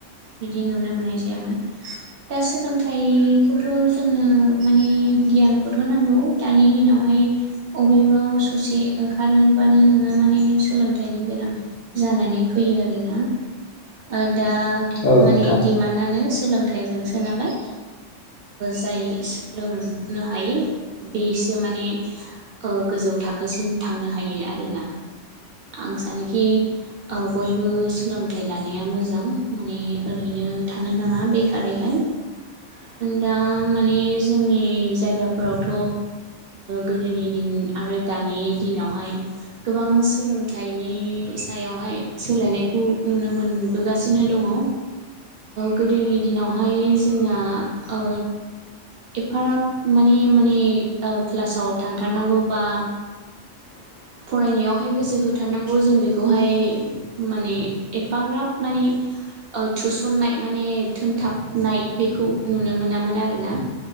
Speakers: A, on the right; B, on the left.
A: बिदि नुनो मोननाय जायामोन दा सोलोंथाय थाइखौथ' जोंनो माने गियानखौथ' नांगौ दानि दिनावहाय बबेबाव ससे ओंखारोबानो नोङो माने सोलोंथाइनि गोनां जानानै फैयो आरो आरोना दा
B: औ
A: माने
B: नोंथां
A: डिमान्डआनो सोलोंथाइजोंसो नालाय जाय सोलोंनो हायो बेसो माने गोजौ थाखोसिम थांनो हायो आरोना। आं सानोखि बयबो सोलोंथाइ लानाया मोजां माने ओरैनो थानो नाङा बेखारैहाय
B: <inaudible>
A: दा माने जोंनि जायगाफोरावथ' गोदोनि दिन आरो आरो दानि दिनावहाय गोबां सोलोंथाइनि सायावहाय सोलायनायखौ नुनो मोनबोगासिनो दङ। ओ गोदोनि दिनावहाय जोंना ओ एफाराब माने माने क्लासाव थांथारनांगौ बा
B: <inaudible>
A: फरायनायावहाय गोसो होथारनांगौ जों बेखौहाय माने एफाग्राब माने थुसननाय माने थोनथाबनाय बेखौ नुनो मोनामोन आरोना।